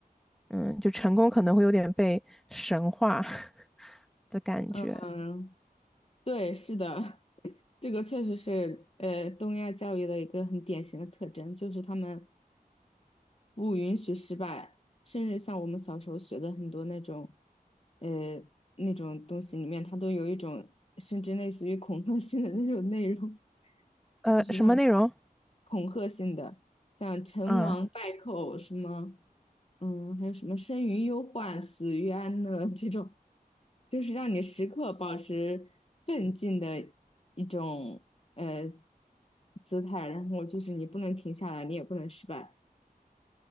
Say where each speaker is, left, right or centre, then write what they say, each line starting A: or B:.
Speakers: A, in the centre; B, on the left.
A: 嗯，就成功可能会有点被神化 <laughs> 的感觉。
B: 呢嗯，对，是的，<laughs> 这个确实是呃东亚教育的一个很典型的特征，就是他们。不允许失败，甚至像我们小时候学的很多那种，呃，那种东西里面，它都有一种甚至类似于恐吓性的那种内容，
A: 呃，
B: 就是让
A: 什么内容？
B: 恐吓性的，像成王败寇什么，
A: 嗯，
B: 嗯，还有什么生于忧患，死于安乐这种，就是让你时刻保持奋进的一种呃姿态，然后就是你不能停下来，你也不能失败。